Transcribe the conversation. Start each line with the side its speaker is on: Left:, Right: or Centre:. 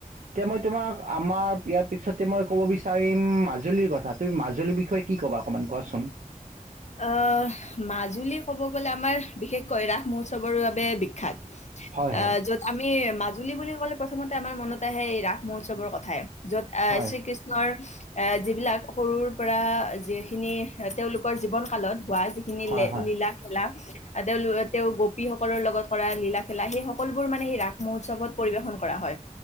Right: এতিয়া, মই তোমাক আমাৰ ইয়াৰ পিছতে মই ক'ব বিচাৰিম, মাজুলীৰ কথা তুমি মাজুলীৰ বিষয়ে কি ক'বা, অকণমান কোৱাচোন।
Left: অ', মাজুলী ক'ব গ'লে আমাৰ বিশেষকৈ ৰাস মহোৎসৱৰ বাবে বিখ্যাত।
Right: হয় হয়
Left: অ', য'ত আমি মাজুলী বুলি ক'লে প্ৰথমতে আমাৰ মনত আহে এই ৰাস মহোৎসৱৰ কথাই। য'ত আহ,
Right: হয়
Left: শ্ৰী কৃষ্ণৰ এ, যিবিলাক সৰুৰ পৰা যিখিনি তেওঁলোকৰ জীৱন কালত হোৱা যিখিনি
Right: হয় হয়
Left: লীলা-খেলা, তেওঁলোক তেওঁ গোপীসকল সকলৰ লগত কৰা লীলা খেলা সেই সকলোবোৰ মানে এই ৰাস মহোৎসৱত পৰিবেশন কৰা হয়।